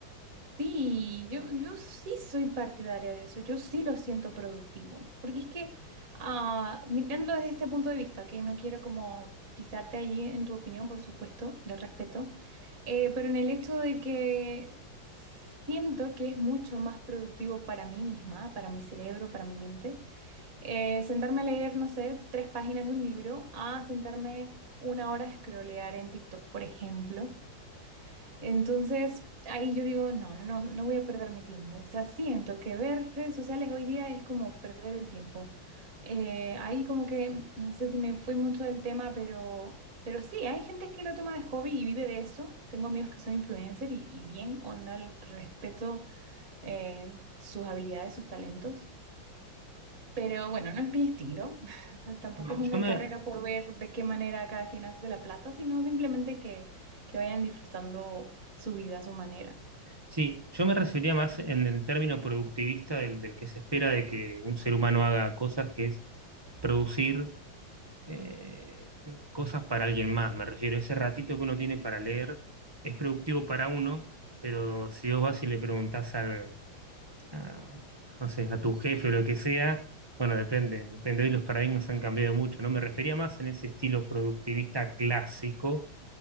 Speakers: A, on the right; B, on the right.
A: Sí, yo, yo sí soy partidaria de eso, yo sí lo siento productivo, porque es que ah, mirándolo desde este punto de vista, que no quiero como pisarte allí en tu opinión, por supuesto, le respeto, eh, pero en el hecho de que siento que es mucho más productivo para mí misma, para mi cerebro, para mi mente, eh, sentarme a leer, no sé, tres páginas de un libro, a sentarme una hora a scrollear en TikTok, por ejemplo. Entonces, ahí yo digo, no, no, no voy a perder mi tiempo. O sea, siento que ver redes sociales hoy día es como perder el tiempo. Eh, ahí como que, no sé si me fui mucho del tema, pero, pero sí, hay gente que lo toma de hobby y vive de eso. Tengo amigos que son influencers y, y bien onda, respeto eh, sus habilidades, sus talentos. Pero bueno, no es mi estilo. <laughs> O sea, Tampoco
B: No,
A: es una
B: yo me,
A: carrera por ver de qué manera cada quien hace la plata, sino simplemente que, que vayan disfrutando su vida a su manera.
B: Sí, yo me refería más en el término productivista del, del que se espera de que un ser humano haga cosas, que es producir eh, cosas para alguien más. Me refiero, ese ratito que uno tiene para leer es productivo para uno, pero si vos vas y le preguntás al, a, no sé, a tu jefe o lo que sea, bueno, depende, depende, hoy los paradigmas han cambiado mucho, ¿no? Me refería más en ese estilo productivista clásico